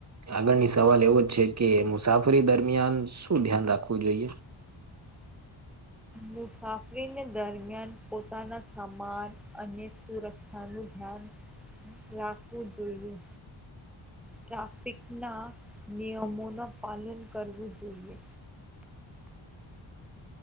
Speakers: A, on the right; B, in the centre.
A: આગળની સવાલ એવો જ છે કે મુસાફરી દરમિયાન શું ધ્યાન રાખવું જોઈએ?
B: મુસાફરી દરમિયાન પોતાના સમાન અને સુરક્ષા નુ ધ્યાન રાખવું જોઈએ. ટ્રાફિકના નિયમોનું પાલન કરવું જોઈએ.